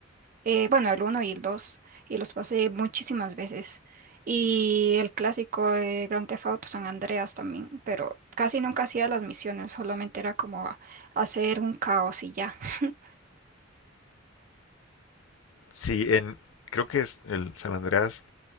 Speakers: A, on the right; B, on the left.
A: Eh, bueno, el uno y el 2 y los pasé muchísimas veces. Y el clásico de Grand Theft Auto San Andreas también, pero casi nunca hacía las misiones, solamente era como a- hacer un caos y ya. <laughs>
B: Sí, en, creo que es el San Andreas